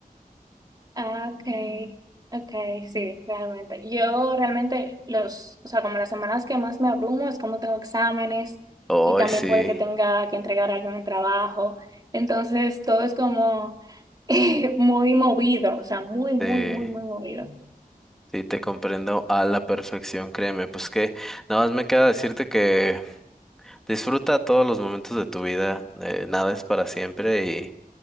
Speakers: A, on the right (about 25°); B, in the centre.
A: Ah, okay, ok, sí, realmente. Yo realmente los, o sea, como las semanas que más me abrumo es cuando tengo exámenes
B: Hoy
A: y también
B: sí,
A: puede que tenga que entregar algún trabajo. Entonces todo es como <laughs> muy movido, o sea, muy, muy,
B: sí,
A: muy, muy movido.
B: sí te comprendo a la perfección, créeme, pues que nada más me queda decirte que Disfruta todos los momentos de tu vida, eh, nada es para siempre y,